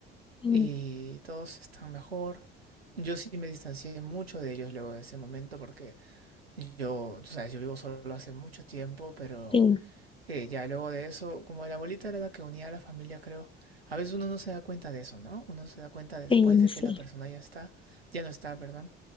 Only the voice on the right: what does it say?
Y todos están mejor. Yo sí me distancié mucho de ellos luego de ese momento porque yo, tú sabes, yo vivo solo hace mucho tiempo, pero
eh, ya luego de eso, como la abuelita era la que unía a la familia, creo, a veces uno no se da cuenta de eso, ¿no? Uno se da cuenta después
de
que la persona ya está, ya no está, perdón,